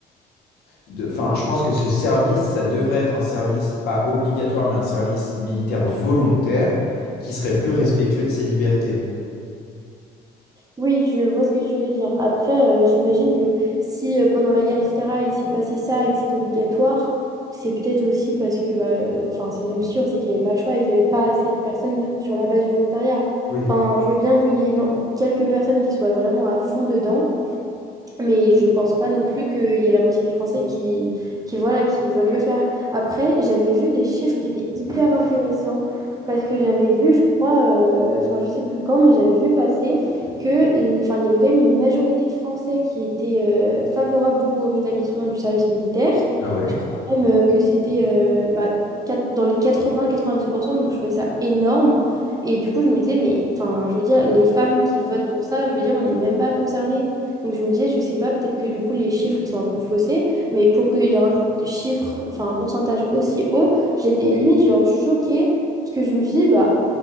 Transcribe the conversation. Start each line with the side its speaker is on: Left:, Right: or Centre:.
Left: de- Enfin, je pense que ce service, ça devrait être un service pas obligatoire, mais un service militaire volontaire qui serait plus respectueux de ses libertés.
Right: Oui, je vois ce que tu veux dire. Après, euh, j'imagine que si euh, pendant la guerre, etc., il s'est passé ça et que c'était obligatoire, c'est peut-être aussi parce que, bah, euh, enfin, c'est même sûr, c'est qu'il n'y avait pas de choix et qu'il n'y avait pas assez de personnes sur la base du volontariat.
Left: Oui.
Right: Enfin, je veux bien qu'il y ait éno- quelques personnes qui soient vraiment à fond dedans, mais je pense pas non plus qu'il y ait la moitié des Français qui, qui, voilà, qui veulent le faire. Après, j'avais vu des chiffres qui étaient hyper intéressants parce que j'avais vu, je crois, euh, enfin, je sais plus quand, mais j'avais vu passer que, enfin, il y avait quand même une majorité de Français qui étaient euh, favorables du coup au rétablissement du service militaire.
Left: Ah ouais?
Right: Je crois même euh, que c'était euh, bah, quat- dans les quatre-vingts quatre-vingt-dix pour cent donc je trouvais ça énorme. Et du coup, je me disais, mais enfin, je veux dire, les femmes qui votent pour ça, je veux dire, on n'est même pas concerné. Donc je me disais, je sais pas, peut-être que du coup les chiffres ils sont un peu faussés, mais pour qu'il y ait un chiffre, enfin un pourcentage aussi haut, j'étais limite genre choquée, parce que je me suis dit, bah